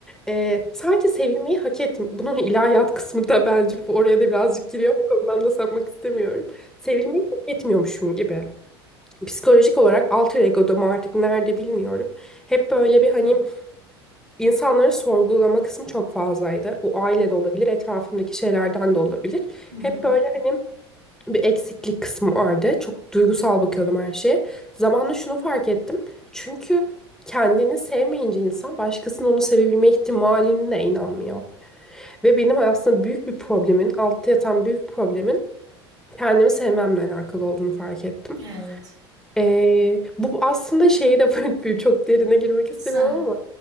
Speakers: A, in the centre; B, on the right (about 90°).
A: Ee, sanki sevilmeyi hak ettim. Bunun ilahiyat kısmı da bence bu oraya da birazcık giriyor. O konudan da sapmak istemiyorum. Sevilmeyi hak etmiyormuşum gibi. Psikolojik olarak alter ego'da mı artık nerede bilmiyorum. Hep böyle bir hani
B: Şimdi-
A: insanları sorgulama kısmı çok fazlaydı. Bu ailede olabilir, etrafımdaki şeylerden de olabilir.
B: Hı
A: Hep
B: hı.
A: böyle hani bir eksiklik kısmı vardı. Çok duygusal bakıyordum her şeye. Zamanla şunu fark ettim. Çünkü kendini sevmeyince insan başkasının onu sevebilme ihtimaline de inanmıyor. Ve benim aslında büyük bir problemin, altta yatan büyük problemin kendimi sevmemle alakalı olduğunu fark ettim.
B: Evet.
A: Ee, bu aslında şeyi de <laughs> böyle çok derine girmek istemiyorum
B: Sen
A: ama